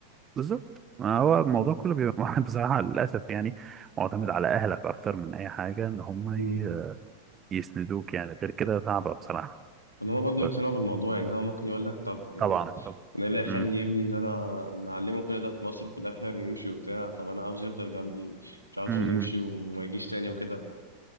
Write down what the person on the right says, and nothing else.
بالظبط ما هو الموضوع
كله بيبقى <laughs> بصراحة للأسف يعني معتمد على أهلك أكتر من أي حاجة إن هم
ي- يسندوك يعني غير كده صعبة بصراحة
بس
طبعا
مم.
مم.